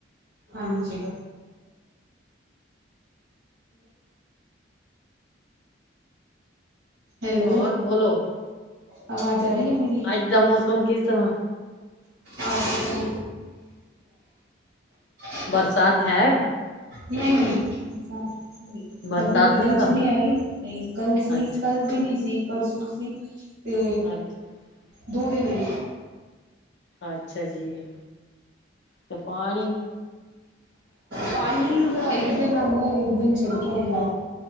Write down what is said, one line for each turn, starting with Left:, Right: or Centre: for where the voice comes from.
Right: ਹਾਂਜੀ। ਹੈਲੋ।
Left: ਹੋਰ ਬੋਲੋ
Right: ਆਵਾਜ਼ ਆ ਰਹੀ ਆ ਮੇਰੀ?
Left: ਅੱਜ ਦਾ ਮੌਸਮ ਕਿਸ ਤਰ੍ਹਾਂ
Right: ਅਜ <unintelligible>
Left: ਬਰਸਾਤ ਹੈ?
Right: ਨਹੀਂ-ਨਹੀਂ ਸਾਡੇ
Left: ਬਰਸਾਤ
Right: ਇੱਧਰ
Left: ਨੀ
Right: ਅੱਜ
Left: ਗਾ
Right: ਨਹੀਂ ਆਈ। ਨਹੀਂ ਕੱਲ ਸੀ,
Left: ਅੱਛਾ
Right: ਕੱਲ
Left: ਅੱਛਾ
Right: ਵੀ ਨੀ ਸੀ, ਪਰਸੋਂ ਸੀ। ਅਤੇ,
Left: ਅੱਛਾ
Right: ਦੋ
Left: ਜੀ,
Right: ਦਿਨ ਆ
Left: ਅੱਛਾ ਜੀ, ਤੇ ਪਾਣੀ?
Right: ਪਾਣੀ ਤਾਂ ਇੱਕ ਦਿਨ ਆਂਦਾ, ਇੱਕ ਦਿਨ ਛੜਕੇ ਆਂਦਾ।